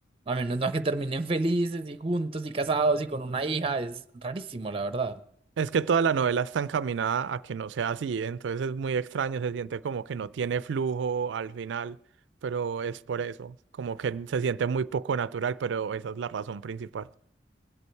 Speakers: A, on the right; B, on the right.
A: A menos no que terminen felices y juntos y casados y con una hija, es rarísimo, la verdad.
B: Es que toda la novela está encaminada a que no sea así, entonces es muy extraño, se siente como que no tiene flujo al final, pero es por eso, como que se siente muy poco natural, pero esa es la razón principal.